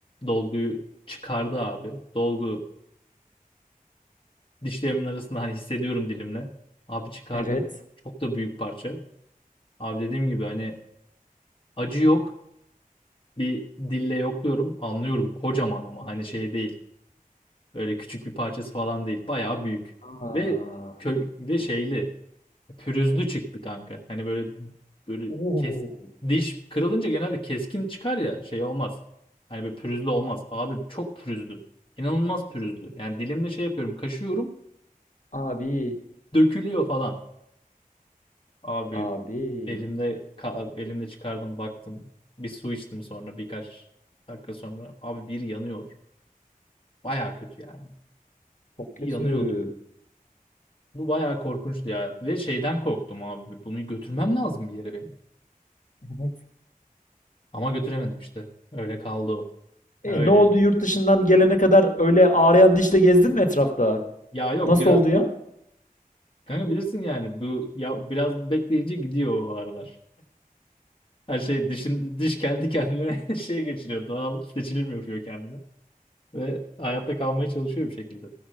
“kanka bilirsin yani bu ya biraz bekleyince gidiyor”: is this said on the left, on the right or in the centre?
Left